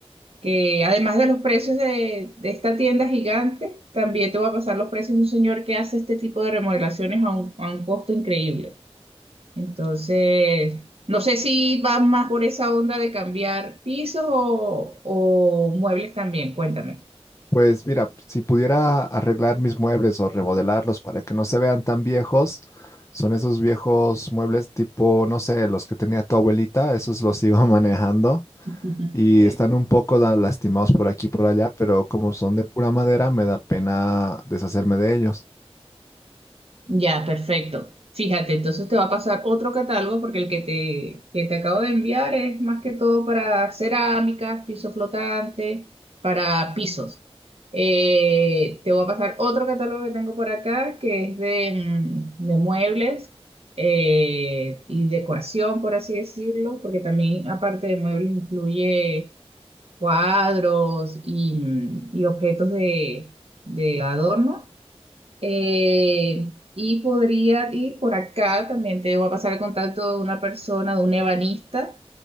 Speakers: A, on the right (about 65°); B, on the left (about 30°).
A: que además de los precios de, de esta tienda gigante, también te va a pasar los precios de un señor que hace este tipo de remodelaciones a un, a un costo increíble. Entonces, no sé si vas más por esa onda de cambiar pisos o, o muebles también, cuéntame.
B: Pues mira, si pudiera arreglar mis muebles o remodelarlos para que no se vean tan viejos, son esos viejos muebles tipo, no sé, los que tenía tu abuelita, esos los sigo <laughs> manejando
A: <laughs>
B: y están un poco da- lastimados por aquí y por allá, pero como son de pura madera, me da pena deshacerme de ellos.
A: Ya, perfecto. Fíjate, entonces te va a pasar otro catálogo porque el que te, que te acabo de enviar es más que todo para cerámicas, piso flotante, para pisos. Eh, te voy a pasar otro catálogo que tengo por acá que es de, mm, de muebles eh, y decoración, por así decirlo, porque también aparte de muebles incluye cuadros y, mm, y objetos de, de adorno. Eh, y podría, y por acá también te voy a pasar el contacto de una persona, de un ebanista